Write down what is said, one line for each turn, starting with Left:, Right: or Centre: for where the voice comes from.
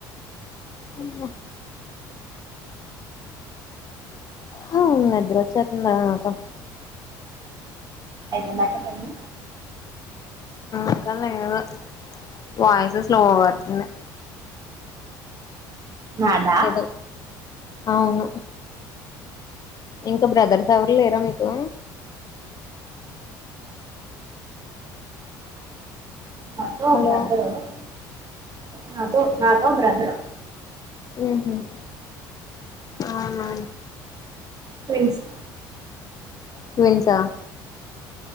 Left: అమ్మ హమ్ నిద్ర వచ్చేతాంది నాకు అయితే
Right: అయిపోయిదంక్కా టైమింగ్
Left: ఇంకా లేదు వాయిస్ స్లోగా వస్తుంది
Right: నాదా
Left: ఏదో అవును ఇంకా బ్రదర్స్ ఎవరు లేరా మీకు
Right: నాతో
Left: హలో
Right: ఒక బ్రదరు నాతో నాతో బ్రదరు
Left: హహ్మ్ అవునా
Right: ట్విన్స్
Left: ట్విన్స్ ఆ